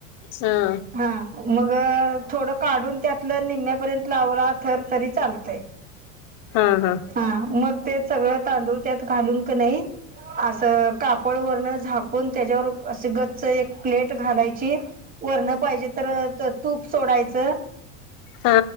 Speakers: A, on the left (about 55°); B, on the right (about 20°).
A: हा.
B: हा मग थोडं काढून त्यातलं निम्म्यापर्यंत लावला थर तरी चालतंय. <unintelligible> <inaudible>
A: हा हा.
B: हा मग ते सगळ तांदूळ त्यात घालून क नई अस कापड वरन झाक कुन त्याज्यावर अस गच्च एक प्लेट घालायची वरणं पाहिजे तर त तूप सोडायचं
A: हा